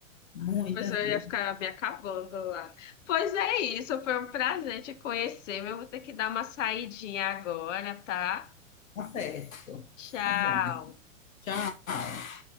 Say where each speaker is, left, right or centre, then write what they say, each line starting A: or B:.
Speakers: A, on the left (about 80°); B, on the left (about 65°).
A: Muitas
B: Ai, Depois eu
A: mesmo.
B: ia ficar me acabando lá. Pois é isso, foi um prazer te conhecer, mas eu vou ter que dar uma saidinha agora, tá?
A: Tá certo.
B: Tchau.
A: Tá bom. Tchau.